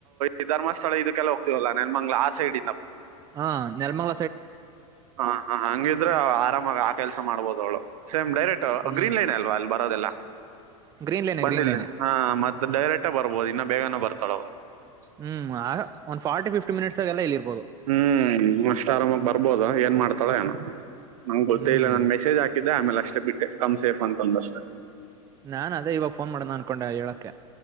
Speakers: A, on the right (about 70°); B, on the right (about 20°).
A: ಈ ಧರ್ಸ್ಥಳ ಇದಕ್ಕೆಲ್ಲ ಹೋಗ್ತೀವಲ್ಲಾ ನೆನ್ ಮಂಗ್ಲ ಆ ಸೈಡ್
B: ಹಾ ನೆರ್ಮಳ
A: ಹ ಹಾ ಹಂಗಿದ್ರೆ ಆರಾಮಾಗ ಆ ಕೆಲ್ಸ ಮಾಡ್ಬೋದ ಅವಳು ಸೇಮ್ ಡೈರೆಕ್ಟ್
B: ಹ್ಮ್
A: ಗ್ರೀನ್ ಲೈನ್ ಅಲ್ವಾ ಅಲ್ಲಿ ಬರೋದೆಲ್ಲ
B: ಗ್ರೀನ್ ಲೈನೆ
A: ಬಂದಿಲ್ಲ
B: ಗ್ರೀನ್ ಲೈನೆ
A: ಹಾ ಮತ್ತೆ ಡೈರೆಕ್ಟೇ ಬರ್ಬೋದು ಇನ್ನು ಬೇಗನ ಬರ್ತಾಳೆ ಅವ
B: ಹ್ಮ್ ಆಗ ಒಂದ್ ಫಾರ್ಟಿ ಫಿಫ್ಟಿ ಮಿನಿಟ್ಸ್ ಆಾಗೆಲ್ಲ ಇಲ್ಲಿ ಇರ್ಬೋದು
A: ಹ್ಮ್ ಅಷ್ಟು ಬರ್ಬೋದು ಏನ್ ಮಾಡ್ತಾಳೋ ಏೋ ನಮ್ಗೆ ಗೊತ್ತೇ
B: ಹ್ಮ್
A: ಇಲ್ಲ ನನ್ ಮೆಸೇಜ್ ಹಾಕಿದ್ದೆ ಆಮೇಲೆ ಅಷ್ಟೇ ಬಿಟ್ಟೆ ಕಮ್ ಸೇಫ್ ಅಂತಂದಷ್ಟೆ
B: ನಾನ್ ಅದೇ ಇವಾಗ ಫೋನ್ ಮಾಡ್ದನ ಅನ್ಕೊಂಡೆ ಹೇಳೋಕ್ಕೆ